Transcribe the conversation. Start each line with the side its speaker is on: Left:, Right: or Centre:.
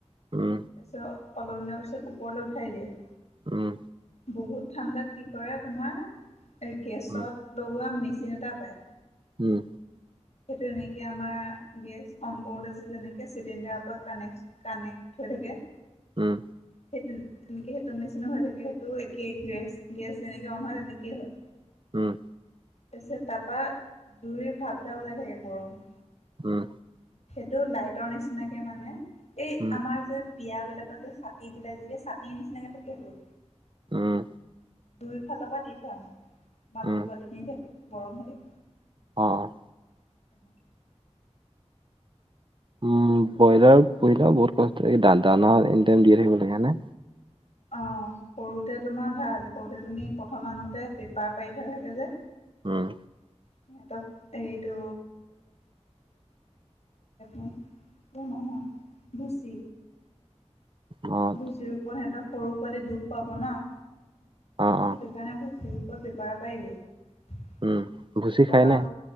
Right: উম
Left: তাৰপিছত অলপ দিনৰ পিছত ওপৰলৈ উঠাই দিয়ে।
Right: উম
Left: বহুত ঠাণ্ডাত কি কৰে তোমাৰ এই গেছত
Right: উম
Left: লগোৱা মেচিন এটা পায়
Right: উম
Left: সেই তেনেকে আমাৰ গেছ অন কৰোঁতে যে যেনেকে চিলিণ্ডাৰৰ পৰা কানেক্ট কানেক্ট হৈ থাকে।
Right: উম
Left: সেইটো তেনেকে সেইটো মেচিনো হৈ থাকে সেইটো একেই গেছ-গেছ যেনেকে অন হয় তেনেকেই হয়।
Right: উম
Left: তাৰপিছত তাৰপা জুইৰ ভাপ এটা ওলাই থাকে গৰম।
Right: উম
Left: সেইটো লাইটৰ নিচিনাকে মানে এই
Right: উম,
Left: আমাৰ যে বিয়া বিলাকত যে ছাতি বিলাক যে ছাতিৰ নিচিনাকে থাকে সেইটো।
Right: উম
Left: দুই ফালৰ পৰা দি থোৱা না মাজত
Right: উম,
Left: পোৱালি খিনি থাকে গৰম হৈ থাকে।
Right: অ'
Left: <inaudible>
Right: উম ব্ৰইলাৰ পুহিলে বহুত কষ্ট এই দানাএনি‌ টাইম দিয়ে থাকিব লাগে হয়নে।
Left: অ' সৰুতে তোমাৰ ভাল সৰুতে তুমি প্ৰথম আনোতে পেপাৰ পাৰি থোৱা থাকে যে
Right: উম
Left: সিহঁতক এইটো <unintelligible> <unintelligible> নহয় ভুচি।
Right: অ',
Left: ভুচিৰ ওপৰত সিহঁতক সৰু পোৱালি দুখ পাব ন'।
Right: অ', অ',
Left: সেইটো কাৰণে ভুচিৰ ওপৰত পেপাৰ পাৰি দিয়ে।
Right: উম, ভুচি
Left: পেপাৰৰ
Right: খায়নে?